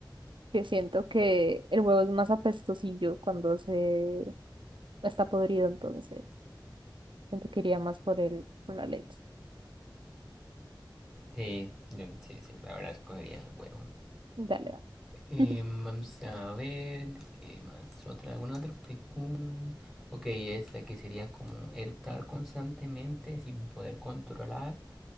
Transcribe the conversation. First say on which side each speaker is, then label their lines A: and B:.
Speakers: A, on the right; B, in the centre.
A: que siento que el huevo es más apestosillo cuando se está podrido, entonces siento que iría más por el, por la leche.
B: Sí, yo- sí, sí, la verdad escogería el huevo.
A: Dale, dale.
B: Eh,
A: <laughs>
B: vamos a ver, ¿de ¿qué más? ¿Otra, alguna otra pregunta? Ok, esta que sería como eructar constantemente sin poder controlar